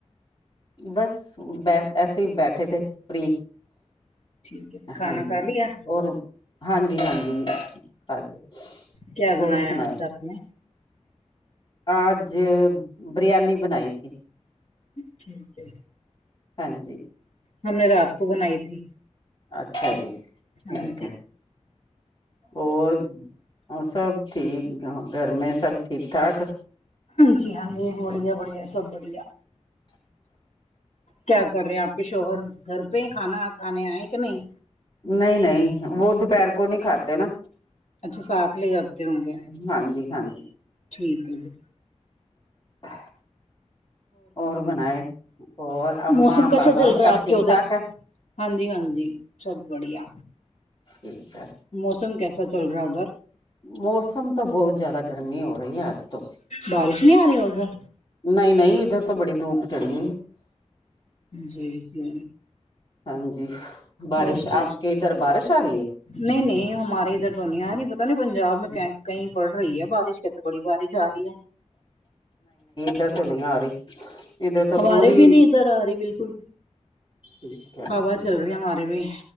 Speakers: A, on the left; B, on the left.
A: بس ب ایسے ہی بیٹھے تھے فری
B: ٹھیک ہے کھانا
A: ہاں جی
B: کھا لیا
A: اور ہاں جی ہاں جی کا ل
B: کیا بنایا
A: اور سناۓ
B: آج آپ نے
A: آج بریانی بنائی تھی
B: ٹھیک ہے
A: ہاں جی
B: ہم نے رات کو بنائی تھی
A: اچھا جی ٹھیک
B: ہاں جی
A: ہے اور اور سب ٹھیک گھر میں سب ٹھیک ٹھاک
B: جی ہاں جی بڑھیا بڑھیا سب بڑھیا کیا کر رہے آپ شوہر گھر پہ کھانا کھانے آئے کہ نہیں
A: نہیں نہیں وہ دوپہر کو نہیں کھاتے نا
B: اچھا ساتھ لے جاتے ہوں گے
A: ہاں جی ہاں جی
B: ٹھیک ہے ج
A: ہ اور بناائے اور اما
B: موسم کیسا
A: بابا
B: چل رہا
A: سب
B: ہے آپ
A: ٹھیک
B: کے ادھر
A: ٹھاک ہے
B: ہاں جی ہاں جی سب بڑھیا
A: ٹھیک ہے
B: موسم کیسا چل رہا ہے ادھر
A: موسم تو بہت زیادہ گرمی ہو رہی ہے اج تو
B: بارش نہیں آ رہی اگن
A: نہیں نہیں ادھر تو بڑی دھوپ چڑی ہو
B: جی جی
A: ہاں جی بارش
B: اور جی
A: آپ کے ادھر بارش آ رہی ہے
B: نہیں نہیں ہمارے ادھر تو نہیں پتا نہیں پنجاب میں کہیں پڑ رہی ہے بارش کے تو بڑی بارش آ رہی ہے
A: ادھرتو نہیں آ رہی ادھر تو
B: ہمارے
A: پوری
B: بھی نہیں ادھر آ رہی بالکل
A: ٹھیک ہے
B: ہوا چل رہی ہمارے بھی